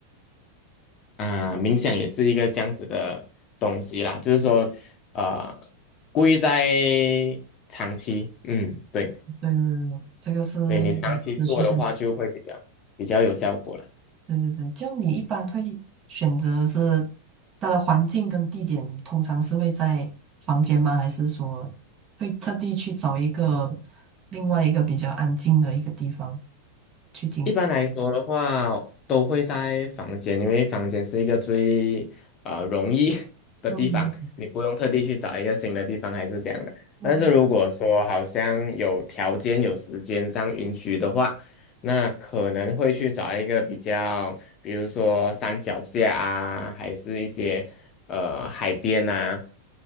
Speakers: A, on the left; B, on the right.
A: 啊、冥想也是一个这样子的东西啦，就是说，呃，故意在长期，嗯，对，
B: 对对对，对这个是
A: 对你长期做的话，
B: 要持续下去。
A: 就会比较比较有效果了。
B: 对对对，这样你一般会选择是它的环境跟地点，你通常是会在房间吗？还是说会特地去找一个另外一个比较安静的一个地方去进行？
A: 一般来说的话，都会在房间，因为房间是一个最呃容易 <laughs> 的地方，
B: 嗯
A: 你不用特地去找一个新的地方，还是这样的。
B: 嗯，
A: 但是如果说好像有条件、有时间上允许的话，那可能会去找一个比较，比如说山脚下啊，还是一些呃海边啊，